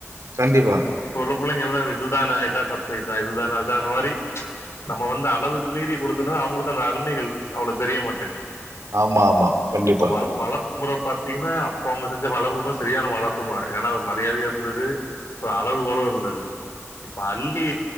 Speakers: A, on the right (about 85°); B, on the left (about 60°).
A: கண்டிப்பா
B: இப்ப உள்ள பிள்ளைங்க எல்லா இதுதானே இதா சர்ப்ரைசா இதுதானே அதான மாரி நம்ம வந்து அளவுக்கு மீறி குடுத்தனா அவுங்களுக்கு அந்த அருமைகள் அவ்வளோ தெரிய மாட்டேக்கு
A: ஆமா ஆமா கண்டிப்பா,
B: இப்போ வள் வள முறை பாத்தீங்கன்னா அப்ப அவுங்க செஞ்ச வளர்பபு சரியான வளர்ப்புபாங்க ஏனா அது மரியாதையா இருந்தது ஒரு அளவு கோலு இருந்துது இப்ப அல்லி